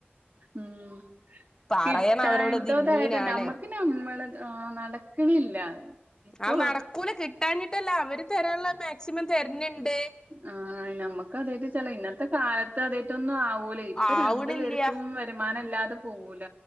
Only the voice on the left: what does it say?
പറയണം
അവരോട് ഇത് ഇന്നീനാണ്
ആ നടക്കൂല കിട്ടാഞ്ഞിട്ടല്ല അവര് തരാനുള്ള മാക്സിമം തരണിണ്ട്
ആവണില്ല